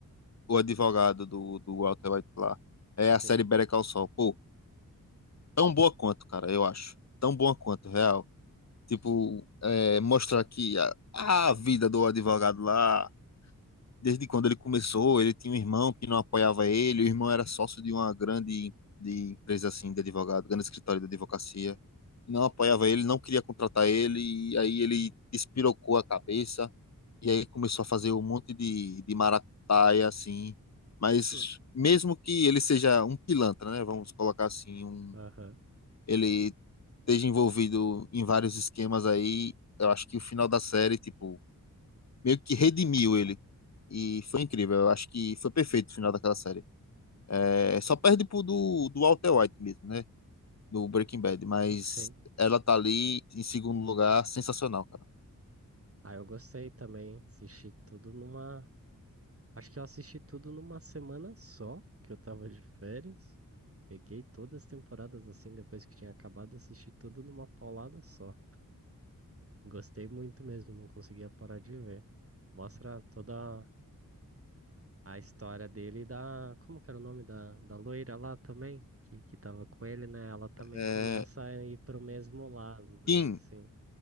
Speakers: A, on the left (about 50°); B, on the right (about 40°).
A: o advogado do, do Walter White lá. É a
B: Sim.
A: série Better Call Saul. Pô, tão boa quanto, cara, eu acho. Tão boa quanto, real. Tipo, é, mostrar que a, a vida do advogado lá, desde quando ele começou, ele tinha um irmão que não apoiava ele, o irmão era sócio de uma grande de empresa assim de advogado, grande escritório de advocacia. Não apoiava ele, não queria contratar ele, e aí ele espirocou a cabeça e aí começou a fazer um monte de, de maracutaia, assim. Mas
B: Hum,
A: mesmo que ele seja um pilantra, né? Vamos colocar assim, um,
B: Aham,
A: ele esteja envolvido em vários esquemas aí, eu acho que o final da série, tipo, meio que redimiu ele. E foi incrível, eu acho que foi perfeito o final daquela série. É, só perde pro do, do Walter White mesmo, né? Do Breaking Bad, mas
B: Sim.
A: ela tá ali em segundo lugar, sensacional, cara.
B: Ah, eu gostei também. Assisti tudo numa. Acho que eu assisti tudo numa semana só, que eu tava de férias. Peguei todas as temporadas assim, depois que tinha acabado, assisti tudo numa paulada só. Gostei muito mesmo, não conseguia parar de ver. Mostra toda a história dele e da. Como que era o nome da, da loira lá também? Que, que tava com ele, né? Ela também
A: É,
B: começa a ir pro mesmo lado, daí
A: Kim
B: sim.